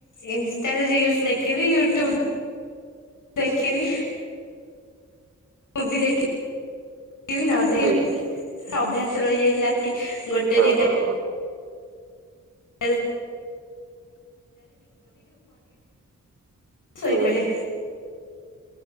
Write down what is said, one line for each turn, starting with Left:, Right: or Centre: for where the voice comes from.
Left: ଇନଷ୍ଟାରେ ରିଲ୍ସ ଦେଖିବି ୟୁଟ୍ୟୁବ ଦେଖିବି ମୁଭି ଦେଖିବି ନ ସେଇ
Right: ଆଜ୍ଞା
Left: ଅଭ୍ୟାସ ରହିଯାଇଛି ରାତି ଗୋଟେ
Right: ହଁ
Left: ଦିଟା
Right: ହଁ ହଁ
Left: <inaudible> <inaudible>
Right: ହୁଁ
Left: ଶୋଇପଡେ।